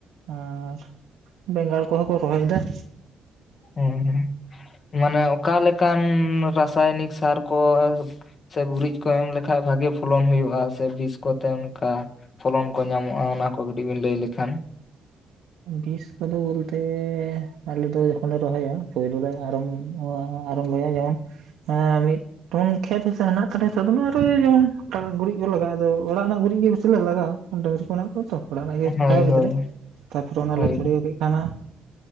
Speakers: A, on the right; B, on the left.
A: ᱟᱨ ᱵᱮᱸᱜᱟᱲ ᱠᱚᱦᱚᱸ ᱠᱚ ᱨᱚᱦᱚᱭ ᱫᱟ᱾
B: ᱦᱮᱸ ᱦᱮᱸ ᱢᱟᱱᱮ ᱚᱠᱟ ᱞᱮᱠᱟᱱ ᱨᱟᱥᱟᱭᱚᱱᱤᱠ ᱥᱟᱨ ᱠᱚ ᱥᱮ ᱜᱩᱨᱤᱡ ᱠᱚ ᱮᱢ ᱞᱮᱠᱷᱟᱡ ᱵᱷᱟᱜᱤ ᱯᱷᱚᱞᱚᱱ ᱦᱩᱭᱩᱜ-ᱟ ᱥᱮ ᱵᱤᱥ ᱠᱚᱛᱮ ᱚᱱᱠᱟ ᱯᱷᱚᱞᱚᱱ ᱠᱚ ᱧᱟᱢᱚᱜ-ᱟ ᱚᱱᱟ ᱠᱚ ᱠᱟᱹᱴᱤᱡ ᱵᱤᱱ ᱞᱟᱹᱭ ᱞᱮᱠᱷᱟᱱ
A: ᱵᱤᱥ ᱠᱚᱫᱚ ᱵᱚᱞᱛᱮ ᱟᱞᱮ ᱫᱚ ᱡᱚᱠᱷᱚᱱ ᱞᱮ ᱨᱚᱦᱚᱭᱟ ᱯᱳᱭᱞᱩ ᱨᱮ <unintelligible> <unintelligible> ᱵᱚᱭᱟ ᱡᱮᱢᱚᱱ ᱢᱤᱫ ᱡᱮᱢᱚᱱ ᱠᱷᱮᱛ ᱦᱟᱥᱟ ᱦᱮᱱᱟᱜ ᱛᱟᱞᱮᱭᱟ ᱛᱚ ᱡᱮᱢᱚᱱᱟᱜ ᱜᱩᱨᱤᱡ ᱠᱚ ᱞᱟᱜᱟᱜ-ᱟ, ᱟᱫᱚ ᱚᱲᱟᱜ ᱨᱮᱱᱟᱜ ᱜᱩᱨᱤᱡ ᱜᱮ ᱵᱮᱥᱤ ᱞᱮ ᱞᱟᱜᱟᱣ-ᱟ᱾ ᱰᱟᱝᱨᱤ ᱠᱚ ᱢᱮᱱᱟᱜ ᱠᱚᱣᱟ ᱛᱚ ᱚᱲᱟᱜ ᱱᱟᱜ ᱜᱮ
B: ᱦᱳᱭ
A: ᱴᱟᱭ
B: ᱦᱳᱭ
A: <inaudible> ᱛᱟᱯᱚᱨᱮ ᱚᱱᱟᱞᱮ
B: ᱦᱳᱭ
A: ᱪᱩᱲᱤᱭᱟᱹᱣ ᱠᱮᱫ ᱠᱷᱟᱱ ᱦᱟᱸᱜ